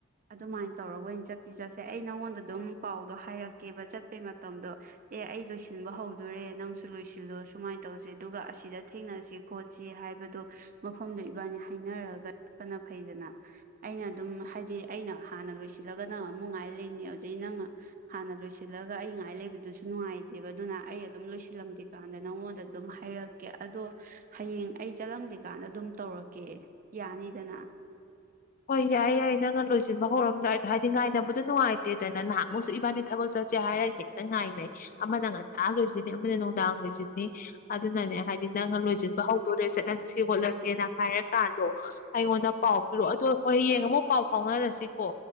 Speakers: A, on the right; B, on the left.
A: ꯑꯗꯨꯃꯥꯏꯅ ꯇꯧꯔꯒ ꯑꯣꯏꯅ ꯆꯠꯇꯤ ꯆꯠꯁꯦ ꯑꯩ ꯅꯉꯣꯟꯗ ꯑꯗꯨꯝ ꯄꯥꯎꯗꯣ ꯍꯥꯏꯔꯛꯀꯦꯕ ꯆꯠꯄꯩ ꯃꯇꯝꯗꯣ ꯑꯦ ꯑꯩ ꯂꯣꯏꯁꯤꯟꯕ ꯍꯧꯗꯣꯔꯦ ꯅꯪꯁꯨ ꯂꯣꯏꯁꯤꯜꯂꯨꯔ ꯁꯨꯃꯥꯏꯅ ꯇꯧꯁꯦ ꯑꯗꯨꯒ ꯑꯁꯤꯗ ꯊꯦꯡꯅꯁꯤ ꯈꯣꯠꯁꯤ ꯍꯥꯏꯕꯗꯣ ꯃꯐꯝꯗꯣ ꯏꯕꯥꯅꯤ ꯍꯥꯏꯅꯔꯒ ꯆꯠꯄꯅ ꯐꯩꯗꯅ ꯑꯩꯅ ꯑꯗꯨꯝ ꯍꯥꯏꯗꯤ ꯑꯩꯅ ꯍꯥꯟꯅ ꯂꯣꯏꯁꯤꯜꯂꯒ ꯅꯪ ꯑꯃꯨꯛ ꯉꯥꯏ ꯂꯩꯅꯤ ꯑꯗꯨꯗꯩ ꯅꯪ ꯍꯥꯟꯅ ꯂꯣꯏꯁꯤꯜꯂꯒ ꯑꯩ ꯉꯥꯏ ꯂꯩꯕꯗꯨꯁꯨ ꯅꯨꯡꯉꯥꯏꯇꯦꯕ ꯑꯗꯨꯅ ꯑꯩ ꯑꯗꯨꯝ ꯂꯣꯏꯁꯤꯜꯂꯝꯗꯦ ꯀꯥꯟꯗ ꯅꯪꯉꯣꯟꯗ ꯑꯗꯨꯝ ꯍꯥꯏꯔꯛꯀꯦ ꯑꯗꯣ ꯍꯌꯦꯡ ꯑꯩ ꯆꯠꯂꯝꯗꯦ ꯀꯥꯟꯗ ꯑꯗꯨꯝ ꯇꯧꯔꯛꯀꯦ ꯌꯥꯅꯤꯗꯅ
B: ꯍꯣꯏ ꯌꯥꯏ ꯌꯥꯏ ꯅꯪꯒ ꯂꯣꯏꯁꯤꯟꯕ ꯍꯧꯔꯝꯗꯥꯏꯗꯣ ꯍꯥꯏꯗꯤ ꯉꯥꯏꯅꯕꯗ ꯅꯨꯡꯉꯥꯏꯇꯦꯗꯅ ꯅꯍꯥꯛꯃꯨꯛꯁꯨ ꯏꯕꯥꯅꯤ ꯊꯕꯛ ꯆꯠꯁꯦ ꯍꯥꯏꯔꯒ ꯍꯦꯛꯇ ꯉꯥꯏꯅꯩ ꯑꯃꯅ ꯉꯟꯇꯥ ꯂꯣꯏꯁꯤꯟꯅꯤ ꯑꯃꯅ ꯅꯨꯡꯗꯥꯡ ꯂꯣꯏꯁꯤꯟꯅꯤ ꯑꯗꯨꯅꯅꯦ ꯍꯥꯏꯗꯤ ꯅꯪꯅ ꯂꯣꯏꯁꯤꯟꯕ ꯍꯧꯗꯣꯔꯦ ꯆꯠꯂꯁꯤ ꯁꯤ ꯍꯣꯠꯅꯁꯦꯅ ꯍꯥꯏꯔꯀꯥꯟꯗꯣ ꯑꯩꯉꯣꯟꯗ ꯄꯥꯎ ꯄꯤꯔꯛꯑꯣ ꯍꯣꯏ ꯍꯣꯏ ꯍꯌꯦꯡ ꯑꯃꯨꯛ ꯄꯥꯎ ꯐꯥꯎꯅꯔꯁꯤꯀꯣ